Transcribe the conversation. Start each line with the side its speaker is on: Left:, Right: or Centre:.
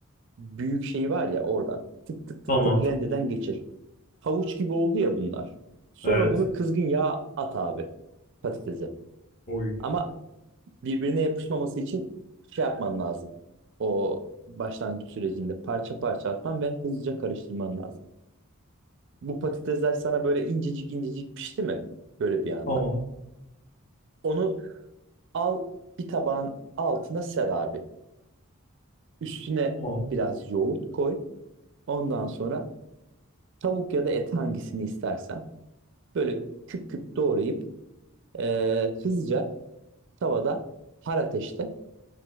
Right: büyük şeyi var ya oradan. Tık tık tık
Left: Tamam.
Right: tık rendeden geçir. Havuç gibi oldu ya bunlar. Sonra
Left: Evet.
Right: bunu kızgın yağ at abi patatese.
Left: Oy.
Right: Ama birbirine yapışmaması için şey yapman lazım. O başlangıç sürecinde parça parça atman ve hızlıca karıştırman lazım. Bu patatesler sana böyle incecik incecik pişti mi? Böyle bir anda.
Left: Tamam.
Right: Onu Al bir tabağın altına ser abi. Üstüne
Left: Tamam.
Right: biraz yoğurt koy. Ondan sonra tavuk ya da et hangisini istersen böyle küp küp doğrayıp e, hızlıca tavada har ateşte